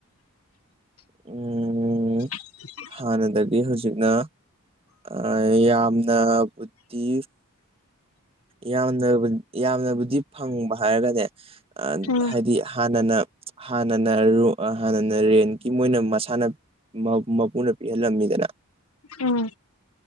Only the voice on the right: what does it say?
ꯎꯝ
ꯍꯥꯟꯅꯗꯒꯤ ꯍꯧꯖꯤꯛꯅ ꯑ ꯌꯥꯝꯅ ꯕꯨꯗꯤ ꯌꯥꯝꯅ ꯌꯥꯝꯅꯕꯨꯗꯤ ꯐꯪꯕ ꯍꯥꯏꯔꯒꯅꯦ
ꯍꯥꯏꯗꯤ ꯍꯥꯟꯅꯅ ꯍꯥꯟꯅꯅ ꯍꯥꯟꯅꯅ ꯔꯦꯟꯒꯤ ꯃꯣꯏꯅ ꯃꯁꯥꯟꯅ ꯃꯄꯨꯅ ꯄꯤꯍꯜꯂꯝꯃꯤꯗꯅ